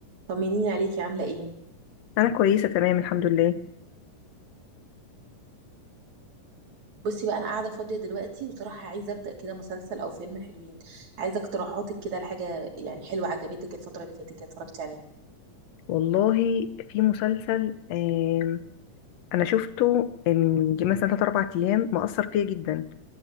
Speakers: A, on the right; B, on the left.
A: طمنيني عليكي عاملة ايه؟
B: انا كويسه تمام الحمد لله
A: بصي بقى انا قاعدة فاضية دلوقتي وصراحة عايزة ابدأ كده مسلسل او فيلم حلوين عايزة اقتراحاتك كده لحاجة يعني حلوة عجبتك الفترة اللي فاتت كده اتفرجتي عليها
B: والله في مسلسل آم، انا شفته من يجي مثلا 3 4 ايام مأثر فيا جدا